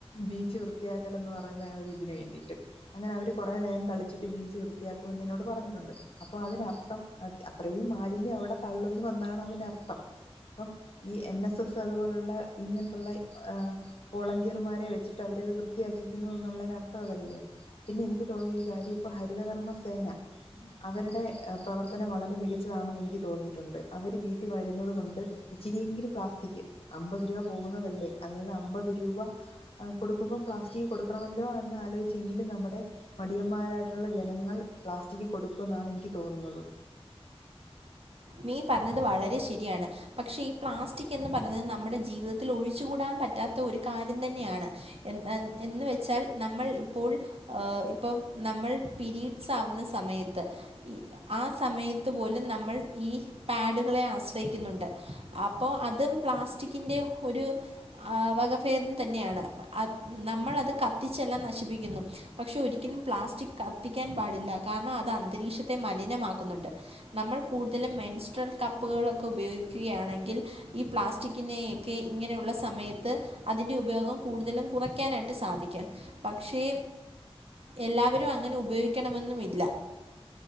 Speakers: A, on the left; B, on the right.
A: ബീച്ച് വൃത്തിയാക് എന്ന് പറയുന്ന ഇതിന് വേണ്ടിയിട്ട് അങ്ങനെ അവര് കുറെ നേരം കളിച്ചിട്ട് ബീച്ച് വൃത്തിയാക്കും എന്ന് എന്നോട് പറഞ്ഞിട്ടുണ്ട് അപ്പൊ അതിനർത്ഥം അത്രയും മാലിന്യം അവിടെ തള്ളുന്നു എന്നാണ് അതിനർത്ഥം ഇപ്പം ഈ എൻ എസ് എസ് അതുപോലുള്ള ഇങ്ങനത്തുള്ള വോളണ്ടിയർമാരെ വെച്ചി അവരത് വൃത്തിയാക്കിക്കുന്നു എന്നുള്ളതിനർത്ഥം അതല്ലേ പിന്നെ എനിക്ക് തോന്നിയ ഒരു കാര്യം ഇപ്പോ ഹരിതകർമ്മ സേന അവരുടെ പ്രവർത്തനം വളരെ മികച്ചതാണെന്ന് എനിക്ക് തോന്നിയിട്ടുണ്ട് അവര് വീട്ടിൽ വരുന്നത് കൊണ്ട് ഇച്ചിരിയെങ്കിലും പ്ലാസ്റ്റിക് അമ്പത് രൂപ പോകുന്നതല്ലേ അതായത് അമ്പത് രൂപ കൊടുക്കുമ്പം പ്ലാസ്റ്റിക് കൊടുക്കണമല്ലോ എന്ന് ആലോചിച്ചെങ്കിലും നമ്മുടെ മടിയന്മാരായിട്ടുള്ള ജനങ്ങൾ പ്ലാസ്റ്റിക്ക് കൊടുക്കു എന്നാണ് എനിക്ക് തോന്നുന്നത്.
B: നീ പറഞ്ഞത് വളരെ ശരിയാണ് പക്ഷെ ഈ പ്ലാസ്റ്റിക് എന്ന് പറയുന്നത് നമ്മുടെ ജീവിതത്തിൽ ഒഴിച്ചു കൂടാൻ പറ്റാത്ത ഒരു കാര്യം തന്നെയാണ്. എന്ന് വെച്ചാൽ നമ്മൾ ഇപ്പോൾ ഇപ്പം നമ്മൾ പിരീഡ്സ് ആവുന്ന സമയത്ത് ഈ ആഹ് സമയത്ത് പോലും നമ്മൾ ഈ പാഡുകളെ ആശ്രയിക്കുന്നുണ്ട് അപ്പോൾ അതും പ്ലാസ്റ്റിക്കിൻ്റെ ഒരു ആഹ് വകഭേദം തന്നെയാണ് നമ്മൾ അത് കത്തിച്ചെല്ലാം നശിപ്പിക്കുന്നു പക്ഷെ ഒരിക്കലും പ്ലാസ്റ്റിക് കത്തിക്കാൻ പാടില്ല കാരണം അത് അന്തരീക്ഷത്തെ മലിനമാക്കുന്നുണ്ട്. നമ്മൾ കൂടുതലും മെൻസ്ട്രൽ കപ്പുകളൊക്കെ ഉപയോഗിക്കുകയാണെങ്കിൽ ഈ പ്ലാസ്റ്റിക്കിനെ ഒക്കെ ഇങ്ങനെയുള്ള സമയത്ത് അതിൻ്റെ ഉപയോഗം കൂടുതലും കുറയ്ക്കാനായിട്ട് സാധിക്കും. പക്ഷേ എല്ലാവരും അങ്ങനെ ഉപയോഗിക്കണമെന്നുമില്ല.